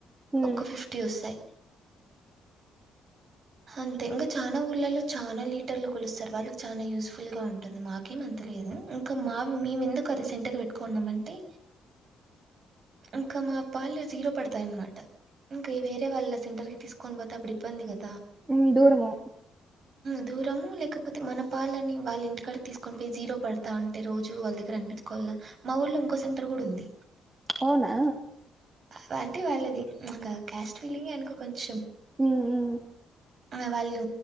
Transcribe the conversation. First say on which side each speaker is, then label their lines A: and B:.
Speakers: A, on the right; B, on the right.
A: మ్
B: ఒక్క ఫిఫ్టీ వస్తాయి అంతే ఇంకా చాలా ఊర్లలో చాలా లీటర్లు కోలుస్తారు వాళ్ళకి చాలనా యూజ్ఫుల్ గా ఉంటుంది మాకేం అంతలేదు ఇంకా అవి మేము ఎందుకు అది సెంటర్ పెట్టుకున్నామ అంటే అంకా మా పల్ జీరో పడ పడతాయి అనమాట ఇం వేరే వాళ్ళ సెంటర్ కి తీసుకొని పోతే అప్పుడు ఇబ్బంది కదా
A: ఉ దూరముందు
B: దూరము లేకపోతే మన పళ్ళని వాళ్ళ ఇంటికాడ తీసుకొని పోయి జీరో పడతా ఉంటే రోజు వాళ్ళ దగ్గర అండి కోల్లా మా ఊర్లో ఇంకో సెంటర్ గుడ ఉంది
A: అవునా
B: వంటి వాళ్ళది ప్చ్ ఇక క్యాస్ట్ ఫీలింగ్ అనుక కొంచెం
A: మ్మ్ మ్మ్
B: ఆ వాళ్ళు